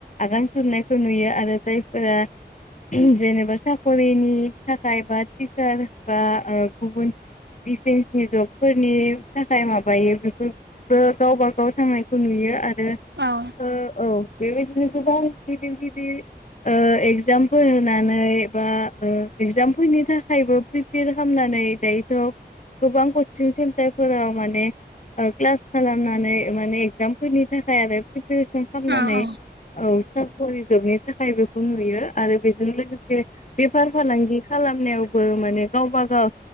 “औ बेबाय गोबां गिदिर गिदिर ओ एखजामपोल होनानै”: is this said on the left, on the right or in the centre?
Left